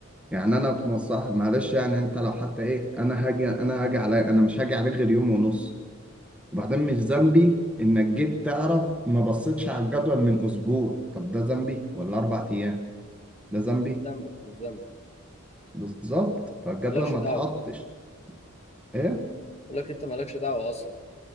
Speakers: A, in the centre; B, on the left (about 30°).
A: يعني انا في مصلحة معلش يعني انت لو حتى ايه انا هاجي انا هاجي عليا انا مش هاجي عليك غير يوم ونص وبعدين مش ذنبي انك جيت تعرف ما بصيتش على الجدول من اسبوع طب ده ذنبي ولا اربع ايام ده ذنبي
B: ذنبك مش ذنبك
A: بالظبط فالجدول
B: مالكش
A: ما
B: دعوه
A: اتحطش ايه
B: بقول لك انت مالكش دعوه اصلا